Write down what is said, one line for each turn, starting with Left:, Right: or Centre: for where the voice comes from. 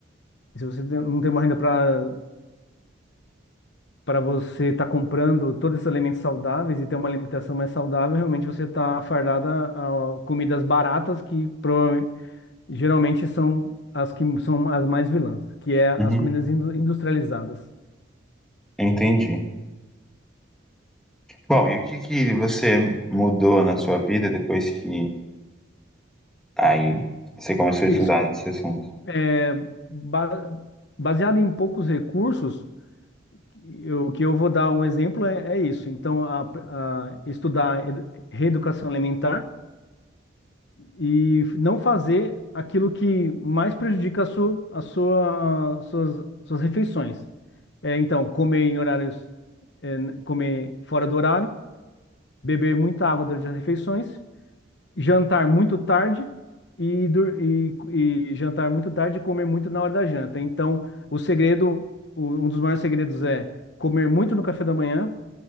Left: se você tem- não tem uma renda para para você estar comprando todos esses alimentos saudáveis e ter uma alimentação mais saudável, realmente você está fardada a comidas baratas que prova- geralmente são as que são as mais vilãs, que é
Centre: Uhum.
Left: as comidas indu- industrializadas.
Centre: Entendi. Bom, e o que que você mudou na sua vida depois que aí você começou a
Left: Isso,
Centre: estudar esse assunto?
Left: É, ba- baseado em poucos recursos, eu- o que eu vou dar um exemplo é, é isso. Então, a- a estudar edu- reeducação alimentar e f- não fazer aquilo que mais prejudica a sua, a sua- suas, suas refeições. É, então, comer em horários, é, n- comer fora do horário, beber muita água durante as refeições jantar muito tarde e, dur- e- e jantar muito tarde e comer muito na hora da janta. Então, o segredo, o- um dos maiores segredos é comer muito no café da manhã,